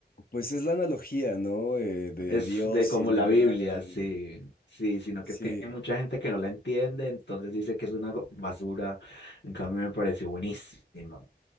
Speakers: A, on the left; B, on the left.
A: Pues es la analogía, ¿no? Eh, de
B: Es
A: Dios
B: de como
A: y la
B: la
A: madre.
B: Biblia, sí, sí, sino
A: Sí.
B: que es que hay mucha gente que no la entiende, entonces dice que es una go- basura. En cambio, me pareció buenísima.